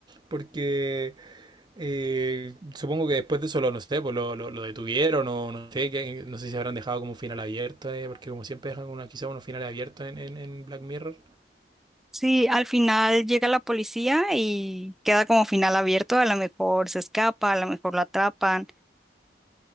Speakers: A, on the right (about 25°); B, in the centre.
A: porque Eh, supongo que después de eso lo, no sé, pues lo, lo- lo detuvieron o no sé, que, no sé si habrán dejado como un final abierto, eh, porque como siempre dejan una, quizá unos finales abiertos en, en, en Black Mirror.
B: Sí, al final llega la policía y queda como final abierto. A lo mejor se escapa, a lo mejor lo atrapan.